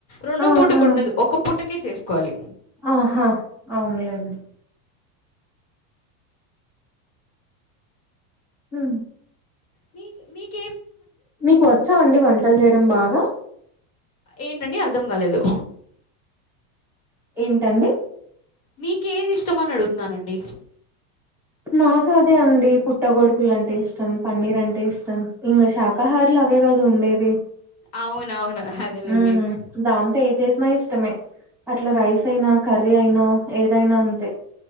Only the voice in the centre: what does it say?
ఆ!
ఆ!
ఆహా అవునులేండి ఉ
మీకు వచ్చా అండి వంటలు చేయడం బాగా
ఏంటండి
నాకు అదే అండి పుట్టగొడుకులు అంటే ఇష్టం పన్నీర్ అంటే ఇష్టం ఇంకా శాకాహారులు అవేగా కదు ఉండేది
ఉ దాంతో ఏ చేసినాయి ఇష్టమే అట్లా రైస్ అయినా కర్రీ అయినా ఏదైనా అంతే